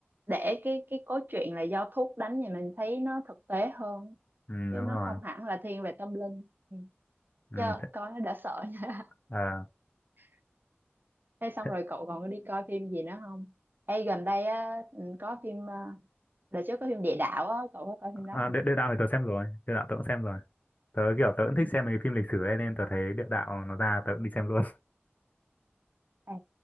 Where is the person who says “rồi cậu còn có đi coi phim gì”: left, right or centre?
Right